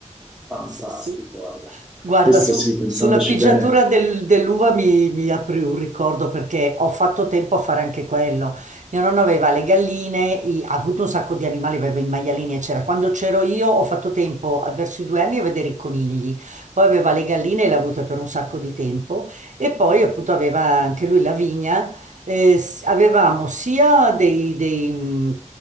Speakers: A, in the centre; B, on the right.
A: Fantastico,
B: sì, sì.
A: guarda.
B: Guarda,
A: Questo
B: su-
A: sì, pensandoci
B: sulla pigiatura
A: bene,
B: del- dell'uva mi, mi apri un ricordo perché ho fatto tempo a fare anche quello. Mio nonno aveva le galline, i- ha avuto un sacco di animali, aveva i maialini, eccetera. Quando c'ero io ho fatto tempo, a- verso i due anni, a vedere i conigli. Poi aveva le galline e le ha avute per un sacco di tempo. E poi appunto aveva anche lui la vigna. Eh, s- avevamo sia dei, dei, mh,